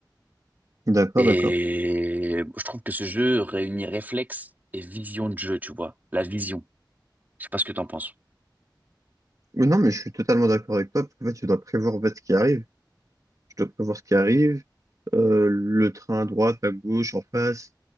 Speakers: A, on the right; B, on the right.
A: D'accord,
B: Et
A: d'accord.
B: je trouve que ce jeu réunit réflexe et vision de jeu, tu vois. La vision. Je sais pas ce que t'en penses.
A: Mais non, mais je suis totalement d'accord avec toi, parce qu'en fait, tu dois prévoir en fait, ce qui arrive. Tu dois prévoir ce qui arrive, euh, le train à droite, à gauche, en face,